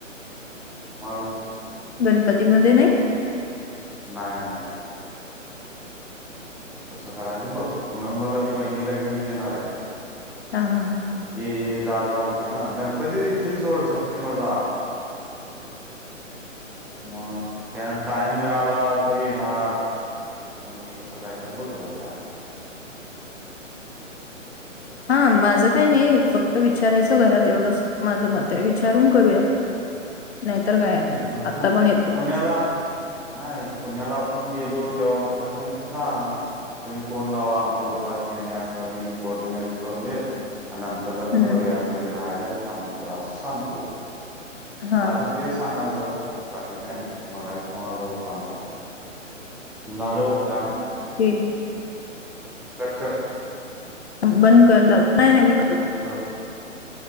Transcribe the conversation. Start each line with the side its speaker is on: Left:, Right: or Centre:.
Centre: ु मग
Left: गणपतीमध्ये नाही
Centre: नाही नाही मग कसं करायचं बघ नोव्हेंबरला ती वहिनीला घेऊनच येणार आहे
Left: हा हा हां
Centre: ये ये जा जा होतय ना गणपती देतील सोड सप्टेंबरला मग त्यांना टाइम मिळाला तरी येणार मग कसं काय का बघ बाय काय करायचं
Left: हा माझं काही नाही फक्त विचारायचं घरात एवढं माझं मत आहे विचारून करूया नाहीतर काय
Centre: हम्म मग
Left: आत्ता
Centre: तू
Left: पण येतो
Centre: पुण्याला नाही पुण्याला आपण गेलो तेव्हा पप्पा आमच सांग तुम्ही फोन लावा आमच्या बप्पासनी आणि असानी कोर्ट मॅरेज करून देत आणि नंतर लग्न
Left: हं.
Centre: करूया म्हणजे राहायला र काम होत अस सांगतो
Left: हां,
Centre: मला तर तेच सांगाल तर बाकी काय नाही मगा फोन आला पप्पांचा मु झाालंवक् दहा मिनट
Left: <inaudible>
Centre: कटकर
Left: बंद करून लावत नाही नाही मी करत हो
Centre: नऊ